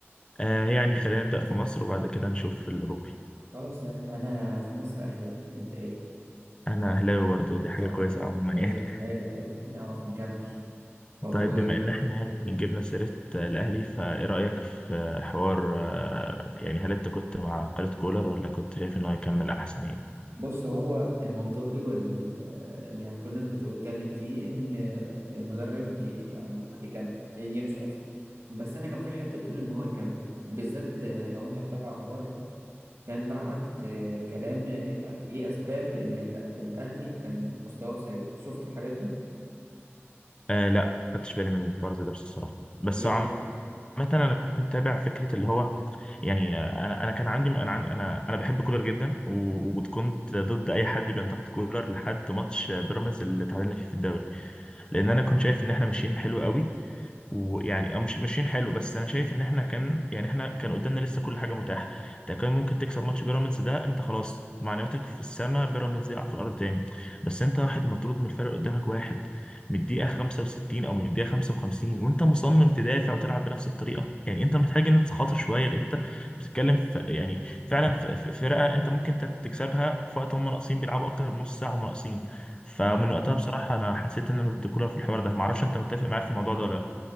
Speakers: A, on the left (about 20°); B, on the right (about 70°).
A: آه يعني خلينا نبدا في مصر وبعد كده نشوف في الاوروبي
B: خلاص تمام انا في مصر اهلاوي انت ايه
A: انا اهلاوي برضه دي حاجه
B: طب
A: كويسه عموما
B: حلو
A: يعني <laughs>
B: حلو حلو هنعرف نكمل طب
A: طيب
B: و-
A: بما ان احنا يعني جبنا سيره آه، الاهلي فايه رايك في حوار آه يعني هل انت كنت مع قلة كولر ولا كنت شايف انه هيكمل احسن يعني
B: بص هو المنطقي وال اللي يعني كل الناس بتتكلم فيه ان المدرب ي- يعني يكمل يمشي قصدي بس انا كان في حته بتقول ان هو يكمل بالذات لو انت بتابع اخبار كان بعت آه، كلام آه، يعني ايه اسباب ان ال- الاهلي كان مستواه سيء شفت الحاجات دي
A: آه لا ما خدتش بالي من الحوار زي ده بصراحه بس
B: يعني
A: هو مثلا انا كنت متابع فكره اللي هو يعني انا انا كان عندي انا عن- انا انا بحب كولر جدا و- وكنت ضد اي حد بينتقد كولر لحد ماتش بيراميدز اللي تعادلنا فيه في الدوري
B: <laughs>
A: لان انا كنت شايف ان احنا ماشيين حلو قوي ويعني آه، مش ماشيين حلو بس انا شايف ان احنا كان يعني احنا كان قدامنا لسه كل حاجه متاحه انت كان ممكن تكسب ماتش بيراميدز ده انت خلاص معنوياتك في السماء بيراميدز يقع في الارض تاني بس انت واحد مطرود من الفرق قدامك واحد من الدقيقه 65 او من الدقيقه 55 وانت مصمم تدافع وتلعب بنفس الطريقه يعني انت محتاج ان تخاطر شويه لان انت بتتكلم في يعني فعلا في في فرقه انت ممكن تت- تكسبها في وقت هم ناقصين بيلعبوا اكتر من نص ساعه هم ناقصين فمن
B: مم.
A: وقتها
B: مم.
A: بصراحه انا حسيت ان انا ضد كولر في الحوار ده معرفش انت متفق معايا في الموضوع ده ولا